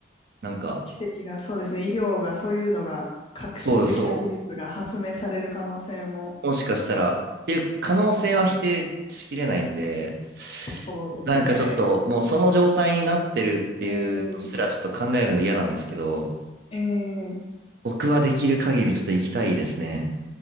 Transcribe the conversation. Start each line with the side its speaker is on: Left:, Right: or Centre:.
Right: なんか、
Left: 奇跡が、そうですね。医療が、そういうのが、革新的な技術が発明される可能性も、
Right: そうそう、もしかしたら、っていう可能性は否定しきれないんで、
Left: そうですね。
Right: なんかちょっともうその状態になってるっていうのすらちょっと考えるの嫌なんですけど、
Left: ええええ
Right: 僕はできる限りちょっと行きたいですね。